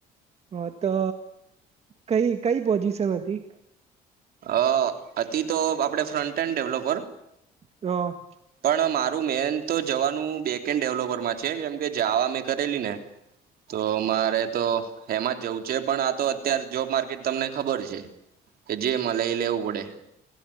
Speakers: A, on the right; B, on the right.
A: હા તો કઈ કઈ પોઝિશન હતી.
B: અ અતિ તો આપડે ફ્રન્ટન ડેવલોપ
A: તો
B: પણ મારું મેન તો જવાનું બેકેન્ડ ડેવલોપરમાં છે કેમ કે જાવા મેં કરેલી ને તો મારે તો એમાં જવું છે પણ આ તો અત્યારે જોબ માર્કેટ તમને ખબર છે. કે જે મલે ઈ લેવું પડે